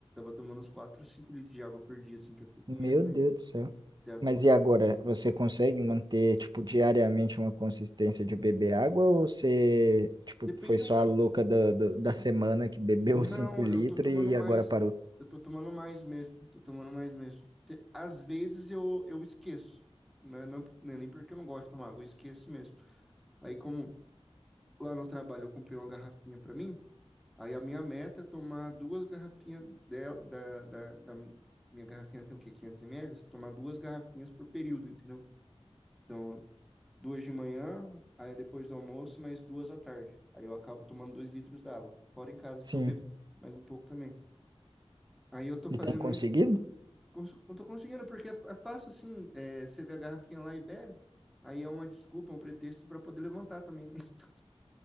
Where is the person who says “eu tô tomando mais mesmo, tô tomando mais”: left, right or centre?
Centre